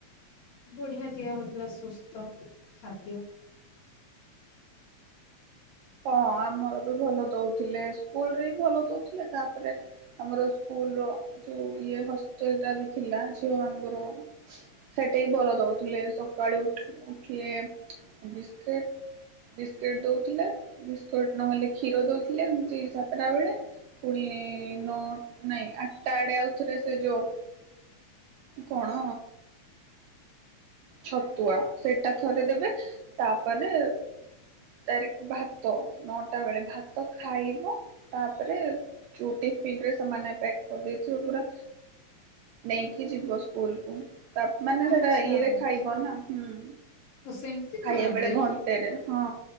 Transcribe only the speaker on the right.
ହଁ ଆମର ବି ଭଲ ଦଉଥିଲେ ସ୍କୁଲ ରେ ବି ଭଲ ଦଉଥିଲେ ତାପରେ ଆମର ସ୍କୁ ଲ ର ଯୋଉ ଇଏ ହଷ୍ଟେଲ ଟା ବି ଥିଲା ଝିଅ ମାନଙ୍କର ସେଠେ ବି ଭଲ ଦଉ ଉଥିଲେ ସକାଳେ ଉଠିଲେ ବିସ୍କିଟ ବିସ୍କିଟ ଦଉଥିଲେ। ବିସ୍କୁଟ ନହେଲେ କ୍ଷୀର ଦଉଥିଲେ, ଏମିତି ସାତଟା ବେଳେ ପୁଣି ନ ନାଇଁ ଆଟା ଆଡ଼େ ଆଉଥରେ ସେ ଯୋଉ କଣ? ଛତୁଆ ସେଇଟା ଥରେଦେବେ ତାପରେ ତାରିଖ ଭାତ ନଅଟା ବେଳେ ଭାତ ଖାଇବ ତାପରେ ଚୁଟି ରେ ସେ ପ୍ୟାକ୍ କରିଦେଇଥିବ ପୁରା ନେଇକି ଯିବ ସ୍କୁଲ କୁ। ତାପ ମାନ ନା
ସେଇଟା ଇଏ ରଖ ହୁଁ
ଖାଇବା
ବେଳେ ଘଣ୍ଟେରେ
ହଁ।